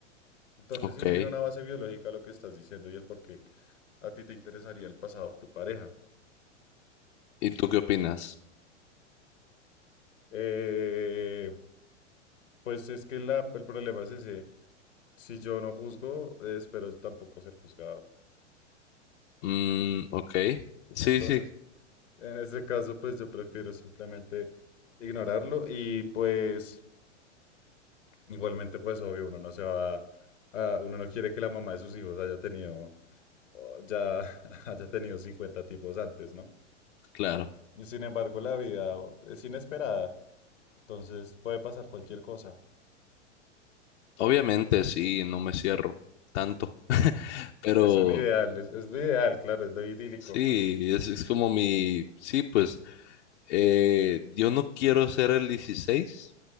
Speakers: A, on the left; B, on the left.
A: Entonces
B: Ok.
A: sí tiene una base biológica lo que estás diciendo y el por qué a ti te interesaría el pasado de tu pareja.
B: ¿Y tú qué opinas?
A: Eh, pues es que la- el problema es ese. Si yo no juzgo, eh, espero tampoco ser juzgado.
B: Mm, ok. Sí,
A: Entonces,
B: sí,
A: en ese caso, pues yo prefiero simplemente ignorarlo y pues Igualmente, pues obvio, uno no se va a, uno no quiere que la mamá de sus hijos haya tenido oh, ya <laughs> haya tenido 50 tipos antes, ¿no?
B: claro.
A: Y sin embargo, la vida es inesperada, entonces puede pasar cualquier cosa.
B: Obviamente, sí, no me cierro tanto, pero
A: Es un ideal, es, es lo ideal, claro, es lo idílico.
B: sí, es, es como mi, sí, pues eh, yo no quiero ser el 16.